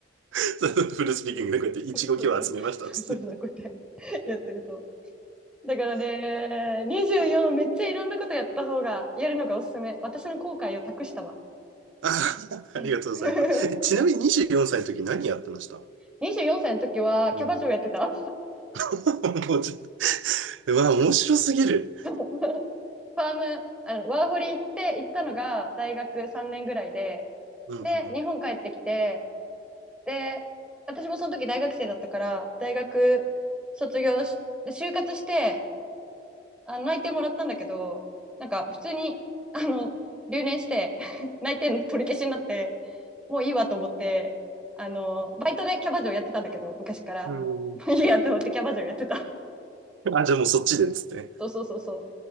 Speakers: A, on the right (about 85°); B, in the centre.
A: <laughs> そのフルスピーキングでこうやっていちごきを集めましたっつって。
B: そうそうそうそうそう、こうやってやってると。だからね、24めっちゃいろんなことやった方が、やるのがおすすめ。私の後悔を託したわ。
A: ああ、
B: うん。
A: ありがとうございます。
B: <laughs>
A: えちなみに24歳の時何やってました
B: 24歳の時はキャバ嬢やってた。
A: うん。<laughs> もうちょっと、うわ、面白すぎる。
B: <laughs> そうファーム、あの、ワーホリ行って行ったのが大学3年ぐらいで、
A: うんうん
B: で、日本帰ってきて、で、私もその時大学生だったから、大学卒業し、で就活して、あの内定もらったんだけど、なんか普通に、あの、留年して <laughs> 内定の取り消しになって、もういいわと思ってあのバイトでキャバ嬢やってたんだけど昔から
A: うん。
B: もういいやと思ってキャバ嬢やってた
A: あ、じゃあもうそっちでっつって。
B: そうそうそうそう